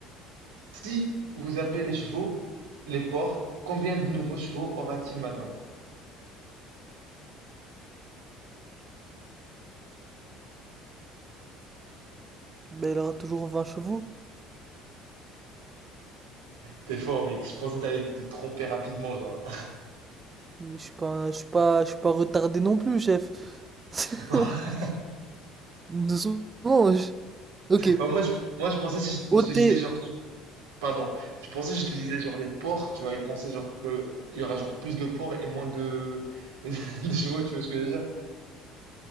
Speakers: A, on the right; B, on the right.
A: Si vous appelez les chevaux, les porcs, combien de nouveaux chevaux aura-t-il maintenant?
B: Ben, il aura toujours 20 chevaux.
A: T'es fort, mec. Je pensais que t'allais te tromper rapidement, genre.
B: Mais je suis pas, un- je suis pas, je suis pas retardé non plus, chef. <laughs>
A: <laughs>
B: Nous sommes... Ok.
A: Moi, je, moi, je pensais si je
B: ôter...
A: je te disais, genre, Pardon, je pensais je te disais genre les porcs, tu vois, ils pensaient genre que il y aura genre plus de porcs et moins de, <laughs> de chevaux, tu vois ce que je veux dire?